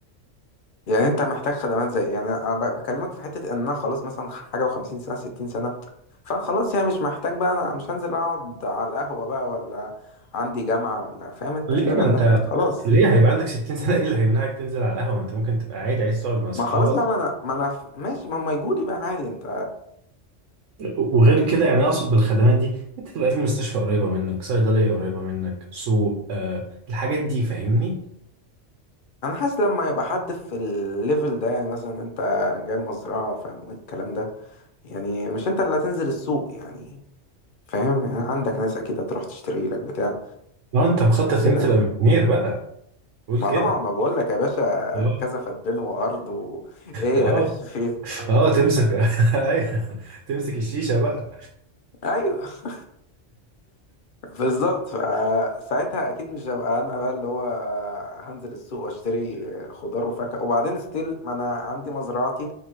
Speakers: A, on the left; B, on the right.
A: يعني انت محتاج خدمات زي يعني انا ب- بكلمك في حته ان انا خلاص مثلا حاجه و50 سنه 60 سنه فانا خلاص يعني مش محتاج بقى انا مش هنزل اقعد على القهوه بقى ولا عندي جامعه ولا فاهم انت
B: ليه
A: الكلام
B: ما انت
A: ده خلاص
B: ليه هيبقى عندك 60 سنة ايه اللي هيمنعك تنزل على القهوة ما انت ممكن تبقى عادي عايز تقعد مع صحابك
A: ما خلاص بقى ما انا ما انا ف- ماشي ما هم يجوا لي بقى عادي انت
B: وغير
A: يعني
B: كده يعني اقصد بالخدمات دي انت تبقى في مستشفى قريبة منك صيدلية قريبة منك سوق آه الحاجات دي فاهمني
A: انا حاسس لما يبقى حد في الليفل ده يعني مثلا انت جايب مزرعه فاهم الكلام ده يعني مش انت اللي هتنزل السوق يعني فاهم يعني عندك ناس اكيد هتروح تشتري لك بتاع
B: اه انت مخطط
A: كده
B: ان انت تبقى مليونير بقى قول
A: ما
B: كده
A: طبعا ما بقول لك يا باشا
B: اه
A: كذا فدان وارض و... ايه
B: اه
A: يا باشا <laughs> في إيه؟
B: اه تمسك <laughs> أيوه. تمسك الشيشة بقى
A: ايوه <laughs> بالظبط فساعتها اكيد مش هبقى انا بقى اللي هو هنزل السوق واشتري خضار وفاكهه وبعدين ستيل ما انا عندي مزرعتي